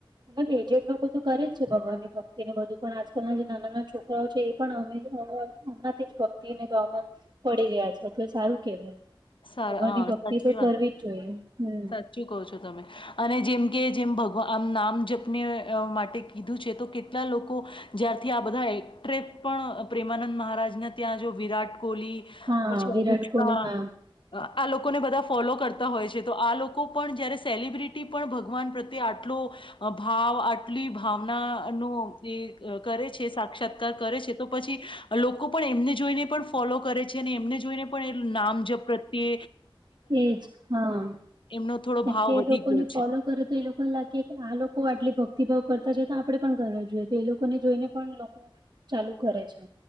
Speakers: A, on the right; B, on the left.
A: મલબ એજેડ લોકો તો કરે જ છે ભગવાન ની ભક્તિ ને બધું પણ આજકાલના જે નાનાના છોકરા એ પણ અમે હમણાંથી ભક્તિને ભાવમાં પડી રહ્યા છે તો એ સારું કેહેવાય
B: સાર
A: ભગવાનની
B: હા
A: ભક્તિ
B: સાચી
A: તો કરવી
B: વાત
A: જ જોઈએ હમ
B: સાચું કહો છો તમે અને જેમ કે જેમ ભગવાન આમ નામ જપને માટે કીધું છે તો કેટલા લોકો જ્યારથી આ બધા એટ્રે પણ પ્રેમાનંદ મહારાજને ત્યાં જો વિરાટ કોલી
A: હા
B: પછી
A: વિરાટ
B: અનુષ્કા
A: કોહલી હા
B: આ લોકોને બધા ફોલો કરતા હોય છે, તો આ લોકો પણ જયારે સેલિબ્રિટી પણ ભગવાન પ્રત્યે આટલો ભાવ આટલી ભાવનાનો એ કરે છે સાક્ષાત્કાર કરે છે, તો પછી લોકો પણ એમને જોઈને પણ ફોલો કરે છે, અને એમને જોઈને પણ એ નામ જપ પ્રતિ
A: એજ હા
B: એમનો થોડો
A: કેમકે
B: ભાવ
A: એ
B: વધી
A: લોકોને
B: ગયો છે.
A: ફોલો કરે તો એ લોકોને લાગે કે આ લોકો આટલી ભક્ પ્રતિભાવ કરતા છે તો આપણેે પણ કરવા જોઈએ તો એ લોકોને જોઈને પણ લોકો. ચાલુ કરે છે.